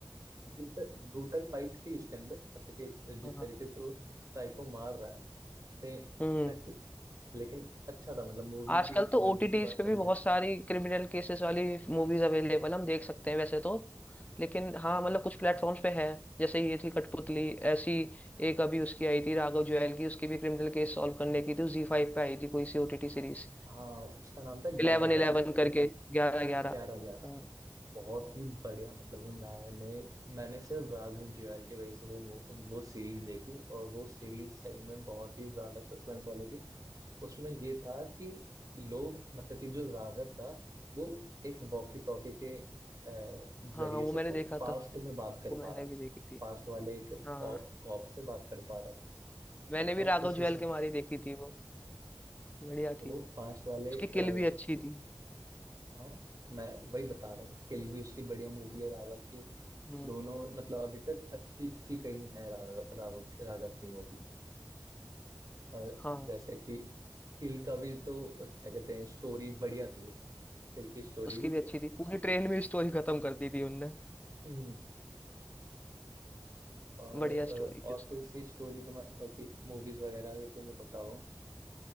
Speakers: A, on the right; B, on the left.
A: ब्रूटल ब्रूटल फाइट थी उसके अंदर मतलब कि जिस
B: हाँ
A: तरीके से वो साइको मार रहा है सेम
B: हम्म
A: लेकिन अच्छा था मतलब मूवी
B: आजकल
A: की
B: तो
A: मूवी
B: ओटीटीज
A: की बात
B: पे भी
A: करी
B: बहुत
A: जाए
B: सारी क्रिमिनल केसेस वाली मूवीज अवेलेबल हम देख सकते हैं वैसे तो लेकिन हाँ मतलब कुछ प्लेटफॉर्म्स पे है जैसे ये थी कठपुतली ऐसी एक अभी उसकी आई थी राघव जुएल की उसकी भी क्रिमिनल केस सॉल्व करने की थी जी फाइव पे आई थी कोई सी ओटीटी सीरीज
A: हाँ उसका नाम था ग्यारह
B: इलेवन
A: ग्यारह
B: इलेवन करके ग्यारह ग्यारह
A: ग्यारह ग्यारह
B: हम्म,
A: बहुत ही बढ़िया मतलब कि मैंने मैंने सिर्फ राघव जुयाल की वजह से वो मू- वो सीरीज देखी और वो सीरीज सही में बहुत ही ज्यादा सस्पेंस वाली थी उसमें ये था कि लोग मतलब कि जो राघव था वो एक वॉकी टॉकी के अ,
B: हाँ
A: जरिए
B: वो
A: से
B: मैंने
A: वो
B: देखा
A: पास्ट
B: था
A: में बात कर
B: वो
A: पा
B: मैंने
A: रहा था
B: भी देखी थी
A: पास्ट वाले एक
B: हाँ
A: कॉप से बात कर पा रहा था
B: मैंने भी
A: तो
B: राघव
A: उस
B: जुएल
A: हिसाब
B: के मारी देखी थी वो बढ़िया
A: वो
B: थी वो
A: पास्ट वाले
B: उसकी
A: आ,
B: किल भी अच्छी थी
A: हाँ मैं वही बता रहा हूँ किल भी उसकी बढ़िया मूवी है राघव की
B: हम्म
A: दोनों मतलब अभी तक अच्छी अच्छी कई है रा, राघव राघव की मूवी और
B: हाँ
A: जैसे कि किल का भी तो क्या कहते हैं स्टोरी बढ़िया थी किल की स्टोरी
B: उसकी
A: भी
B: भी अच्छी थी पूरी ट्रेन में स्टोरी खत्म कर दी थी उनने
A: हम्म और
B: बढ़िया
A: अ,
B: स्टोरी
A: और
B: थी उसकी
A: कोई सी स्टोरी तो मतलब कि मूवीज वगैरह की तुम्हें पता हो